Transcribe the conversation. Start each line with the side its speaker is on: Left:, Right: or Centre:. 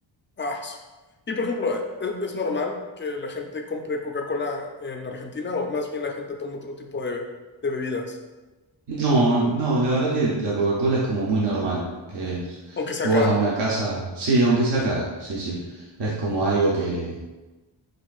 Left: Ah, su- Y por ejemplo, eh, ¿es, es normal que la gente compre Coca-Cola en Argentina o más bien la gente toma otro tipo de, de bebidas,
Right: No, no, la verdad que la Coca-Cola es como muy normal. Es-
Left: aunque sea
Right: vos
Left: cara?
Right: vas a una casa, sí, aunque sea cara, sí, sí. Es como algo que,